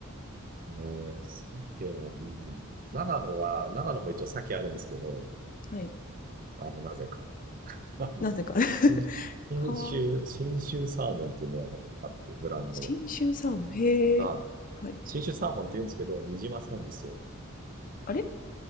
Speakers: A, on the right; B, on the left.
A: ねえ、鮭はいいな。長野は、長野も一応鮭あるんですけど、
B: はい。
A: あの、なぜか。<laughs> あの、
B: なぜか。<laughs>
A: 新、新州、
B: 川、
A: 新州サーモンっていうのがあって、ブランド。
B: 信州サーモン、へえ。
A: はい
B: はい。
A: 新種サーモンって言うんですけど、ニジマスなんですよ。
B: あれ